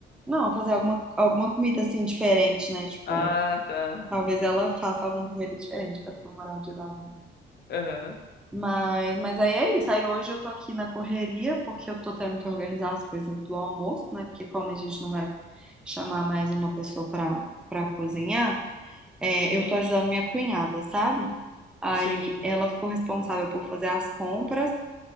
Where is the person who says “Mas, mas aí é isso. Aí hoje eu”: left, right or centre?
Centre